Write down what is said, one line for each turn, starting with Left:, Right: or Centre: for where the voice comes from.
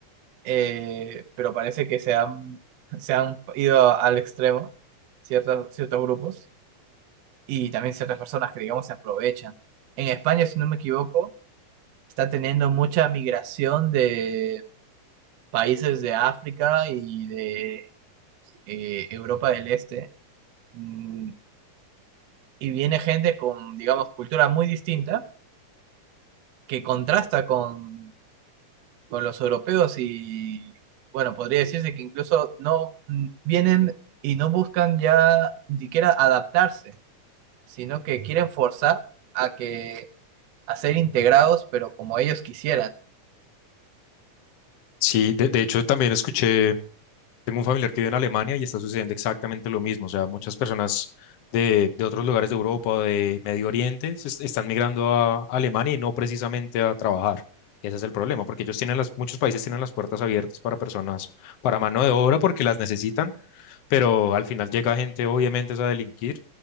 Right: eh, pero parece que se han, se han ido a- al extremo ciertos, ciertos grupos y también ciertas personas que, digamos, se aprovechan. En España, si no me equivoco, está teniendo mucha migración de países de África y de eh, Europa del Este. mm, y viene gente con, digamos, cultura muy distinta que contrasta con, con los europeos y, bueno, podría decirse que incluso no mm, vienen y no buscan ya ni siquiera adaptarse, sino que quieren forzar a que a ser integrados, pero como ellos quisieran.
Left: Sí, de, de hecho también escuché Tengo un familiar que vive en Alemania y está sucediendo exactamente lo mismo. O sea, muchas personas de, de otros lugares de Europa, o de Medio Oriente, se est- están migrando a Alemania y no precisamente a trabajar. Ese es el problema, porque ellos tienen las, muchos países tienen las puertas abiertas para personas, para mano de obra, porque las necesitan, pero al final llega gente obviamente es a delinquir